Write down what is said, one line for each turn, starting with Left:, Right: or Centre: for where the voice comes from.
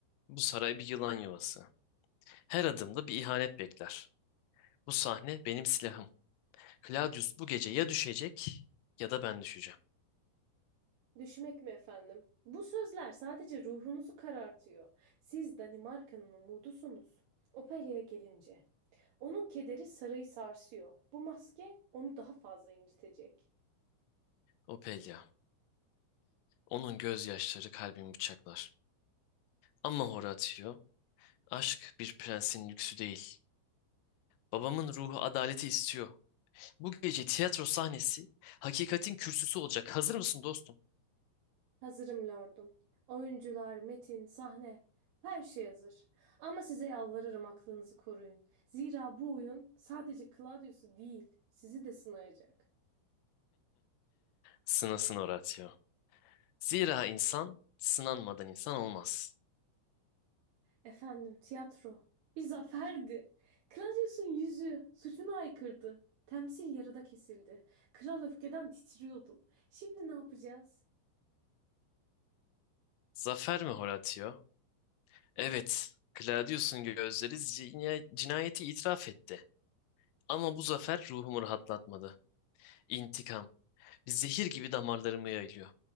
Left: Bu saray bir yılan yuvası. Her adımda bir ihanet bekler. Bu sahne benim silahım. Claudius bu gece ya düşecek ya da ben düşeceğim.
Right: Düşmek mi efendim? Bu sözler sadece ruhunuzu karartıyor. Siz Danimarka'nın umudusunuz. Opelia'ya gelince. Onun kederi sarayı sarsıyor. Bu maske onu daha fazla incitecek.
Left: Opelia. Onun gözyaşları kalbimi bıçaklar. Ama Horatio, aşk bir prensin lüksü değil. Babamın ruhu adaleti istiyor. Bu gece tiyatro sahnesi hakikatin kürsüsü olacak. Hazır mısın dostum?
Right: Hazırım lordum. Oyuncular, metin, sahne, her şey hazır. Ama size yalvarırım aklınızı koruyun. Zira bu oyun sadece Claudius'u değil, sizi de sınayacak.
Left: Sınasın Horatio. Zira insan sınanmadan insan olmaz.
Right: Efendim, tiyatro bir zaferdi. Claudius'un yüzü suçuna aykırdı. Temsil yarıda kesildi. Kral öfkeden titriyordu. Şimdi ne yapacağız?
Left: Zafer mi Horatio? Evet, Claudius'un gözleri zina- cinayeti itiraf etti. Ama bu zafer ruhumu rahatlatmadı. İntikam, bir zehir gibi damarlarımı yayılıyor.